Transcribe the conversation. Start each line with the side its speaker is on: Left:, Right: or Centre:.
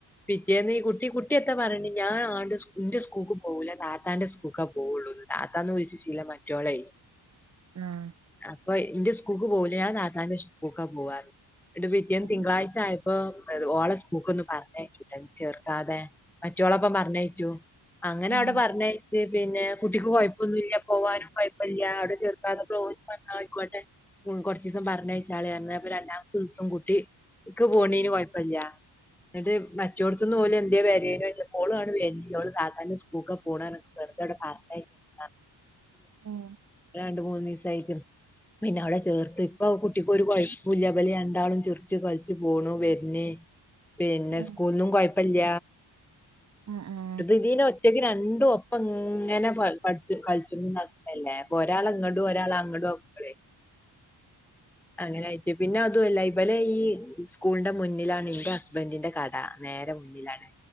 Centre: പിറ്റേന്ന് ഈ കുട്ടി ട്ടിയൊക്കെ പറയണ്ട് ഞാൻ ആന്റെ എന്റെ സ്കൂൾക്ക് പോകില്ല താത്താന്റെ സ്കൂൾക്കാ പോകുള്ളൂ താത്താന്ന് വിളിച്ച് ശീലമായി ട്ടിയോളെ
Right: ആഹ്
Centre: അപ്പ ഇന്റെ സ്കൂക്ക് പോകൂലാ ഞാൻ താത്താന്റെ സ്കൂക്കാ പോവാ ർഞ്. എന്നിട്ട് പിറ്റേന്ന്
Right: ഉം
Centre: തിങ്കളാഴ്ച ആയ പ്പൊ ഓളെ സ്‌കൂക്കൊന്ന് പറഞ്ഞയച്ചൂട്ടോ ചേർക്കാതെ മറ്റോളൊപ്പം പർഞ്ഞയച്ചു അങ്ങനെ
Right: ഉം
Centre: അവ്ടെ പർഞ്ഞയ് ച്ച് പിന്നെ കുട്ടിക്ക് കുഴപ്പൊന്നുല്ല പോവാനും കൊയ്പ്പല്ല്യാ. അവ്ടെ ചെർ ത്താർഞപ്പം ഓലും പർഞ് ആഹ് അയിക്കോട്ടെ കൊർച്ചീസം പർഞ്ഞയച്ചാളി പർഞ്. അപ്പം രണ്ടാ മത്തീസം കുട്ടി ക്ക് പോണീന് കൊയപ്പല്ല്യാ ന്നട്ട് മറ്റോട്ത്ത്ന്ന് ഓല് എന്തേ വരേനോയ്ച പ്പോള് അങ്ങട് വര്ണില്ല ഓള് താത്താന്റെ സ്കൂക്കാ പോണാർഞ്ട്ട് വെറുതവിടെ പർഞ്ഞയച്ചക്കാണ്. <unintelligible>
Right: ആഹ് ഉം ഉം
Centre: രണ്ട് മൂന്ന് ദിവസായിക്ക് പിന്നെ അവളെ ചേർത്തി ഇപ്പൊ കുട്ടിക്ക് ഒരു കൊയ്പ്പുല്ലാ. ഇബല് രണ്ടാളും ചിറിച്ച് കളിച്ച് പോണു വര്ന് പിന്നെ
Right: ഉം
Centre: സ്കൂൾന്നും
Right: ഉം
Centre: കൊഴപ്പല്ല
Right: ആഹ് ആഹ്
Centre: ഇത് ഇതിന് ഒറ്റക്ക് രണ്ടും ഒപ്പം ഇങ്ങനെ പ പഠ്ച്ചു കൾച്ച്ണിം ഇതാക്ക്ണ അല്ലെ. പ്പൊ രാള ഇങ്ങടും ഒരാള അങ്ങടും ആക്കുമ്പളേ. അങ്ങനെ ആയി റ്റ്. പിന്നെ അതുവല്ല ഇബലെ ഈ സ്കൂളിന്റെ മുന്നിലാണ് ഇന്റെ ഹസ്ബൻഡിന്റെ കട നേരെ മു ന്നിലാണ്.